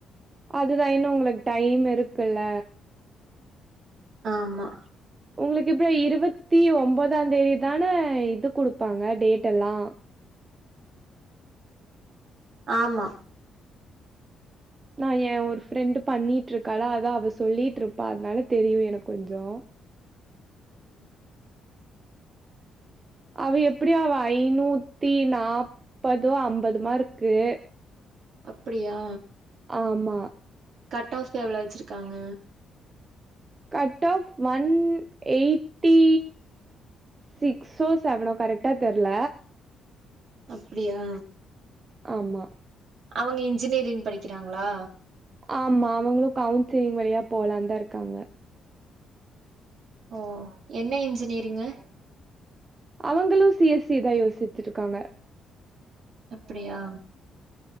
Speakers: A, on the right; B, on the right.
A: அதுதா இன்னு உங்களுக்கு டைம் இருக்குல்ல
B: ஆமா
A: உங்களுக்கு இப்ப இருவத்தி ஒம்பதாந் தேதி தான இது குடுப்பாங்க டேட்டெல்லா
B: ஆமா
A: நா எ ஒரு ஃப்ரெண்டு் பண்ணிட்ருக்காள அதா அவ சொல்லிட்ருப்பா அதனால தெரியு எனக் கொஞ்சோ
B: ம்
A: அவ எப்டியோ அவ ஐந்நூத்தி நாப்பதோ அம்பது மார்க்கு
B: அப்படியா
A: ஆமா
B: கட் ஆஃப் எவ்ளவ் வெச்சிருக்காங்க
A: கட் ஆஃப் ஒன் எயிட்டி சிக்ஸோ செவனோ கரெக்ட்டா தெர்ல
B: அப்டியா
A: ஆமா
B: அவுங்க இன்ஜினியரிங் படிக்கிறாங்ளா
A: ஆமா அவுங்களு கவுன்சிலிங் வழியா போலான் தா இருக்காங்க
B: ஓ என்ன இன்ஜினியரிங்கு
A: அவங்களு சிஎஸ் சி தா யோசிச்சிருக்காங்க
B: அப்படியா